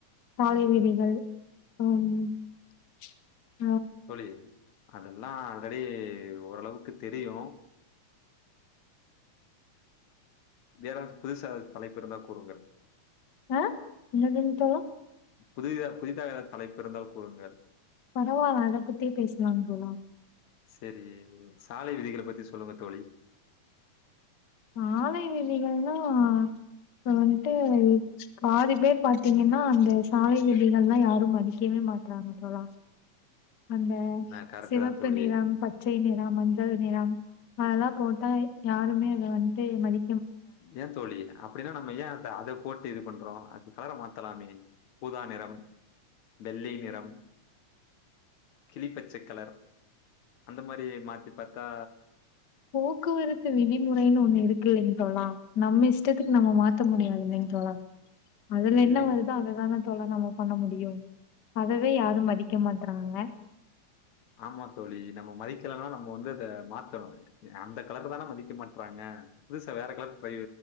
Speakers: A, on the left (about 40°); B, on the left (about 75°).
A: சாலை விதிகள் ஹம் <inaudible>
B: தோழி அதெல்லா ஆல்ரெடி ஓரளவுக்கு தெரியு வேறேதாச்சு புதுசா எதாவது தலைப்பு இருந்தா கூறுங்கள்
A: அ என்னதுங்க தோழா
B: புதித புதிதாக தலைப்பு இருந்தால் கூறுங்கள்
A: பரவால்ல அத பத்தியே பேசலாங்க தோழா
B: சேரி சாலை விதிகளை பத்தி சொல்லுங்க தோழி
A: சாலை விதிகள்னா இப்ப வந்துட்டு பாதி பேர் பாத்தீங்கன்னா அந்த சாலை விதிகள்ளா யாரு மதிக்கவே மாட்றாங்க தோழா அந்த
B: ஆ கரெக்ட்டு
A: சிவப்பு
B: தான் தோழி.
A: நிறம் பச்சை நிறம் மஞ்சள் நிறம் அதெல்லா போட்டா யாருமே அத வந்துட்டு மதி
B: ஏ தோழி அப்டினா நம்ம ஏன் அந்த அத போட்டு இது பண்றோ அதுக்கு கலர மாத் தலாமே ஊதா நிறம் வெள்ளை நிறம் கிளி பச்சை கலர் அந்த மாரியே மாத்தி பாத்தா
A: போக்குவரத்து விதிமுறைனு ஒன்னு இருக்குளிங் தோழா நம்ம இஷ்டத்துக்கு நம்ம மாத்த முடியாதுலீங் தோழா அதுல
B: இல்லை.
A: என்ன வருதோ அதுதான தோழா நம்ம பண்ண முடியு அதவே யாரு மதிக்க மாட்றாங்க
B: ஆமா தோழி நம்ம மதிக்கலனா நம்ம வந்து அத மாத்தணு எ அந்த கலர் தான மதிக்க மாட்றாங்க புதுசா வேற கலர் ட்ரை